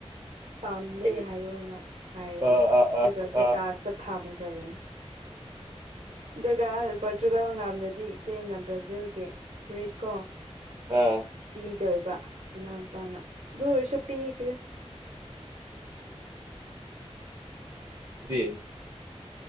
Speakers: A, on the right; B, on the right.
A: ꯄꯥꯝꯗꯦ
B: ꯀꯔꯤ
A: ꯍꯥꯏꯌꯣꯅ ꯍꯥꯏꯕꯅꯤ
B: ꯑꯥ ꯑꯥ
A: ꯑꯗꯨꯒ
B: ꯑꯥ
A: ꯆꯦꯇꯥꯁꯇ
B: ꯑꯥ
A: ꯊꯝꯈ꯭ꯔꯕꯅꯤ ꯑꯗꯨꯒꯄ ꯑꯗꯨꯒ ꯉꯝꯗꯗꯤ ꯏꯆꯦꯅ ꯕ꯭ꯔꯥꯖꯤꯜꯒꯤ ꯐꯨꯔꯤꯠ ꯀꯣ
B: ꯑꯥ
A: ꯄꯤꯗꯣꯏꯕ ꯏꯅꯥꯎꯅꯨꯄꯥꯅ ꯗꯨꯑꯣꯏꯁꯨ ꯄꯤꯈ꯭ꯔꯦ
B: ꯍ <inaudible>